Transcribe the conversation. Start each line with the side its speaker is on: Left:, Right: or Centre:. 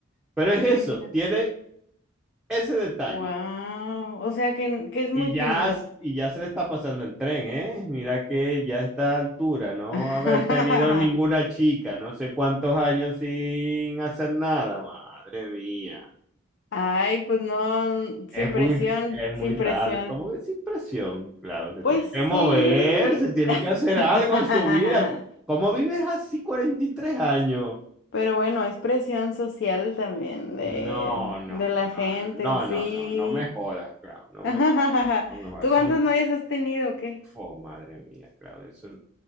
Centre: pero es eso,
Left: Mira.
Centre: tiene ese detalle.
Left: Wow. O sea que, que es muy
Centre: Y ya,
Left: tímido.
Centre: y ya se le está pasando el tren, ¿eh? Mira que ya a esta altura, no
Left: <laughs>
Centre: haber tenido ninguna chica, no sé cuántos años sin hacer nada, madre mía.
Left: Ay, pues no, n- sin
Centre: Es muy,
Left: presión,
Centre: es muy
Left: sin
Centre: raro,
Left: presión.
Centre: es como que sin presión, claro, se
Left: Pues
Centre: tiene que mover,
Left: sí.
Centre: se tiene
Left: <laughs>
Centre: que hacer algo en su vida. ¿Cómo vives así 43 años?
Left: Pero bueno, es presión social también de,
Centre: No, no,
Left: de la gente,
Centre: no, no,
Left: sí.
Centre: no, no, no me jodas, claro, no
Left: <laughs>
Centre: me, no me jodas.
Left: ¿Tú cuántas
Centre: Son,
Left: novias has tenido o qué?
Centre: oh, madre mía, claro, eso.